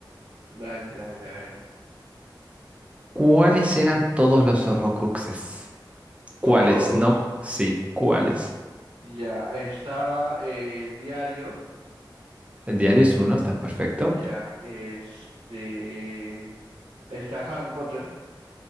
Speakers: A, on the right (about 80°); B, on the right (about 15°).
A: Dale, dale, a ver.
B: ¿Cuáles eran todos los Horrocruxes?
A: Todos.
B: ¿Cuáles? No, sí, ¿cuáles?
A: Ya estaba eh, el diario.
B: El diario es uno, está perfecto.
A: Ya, este. Está Harry Potter.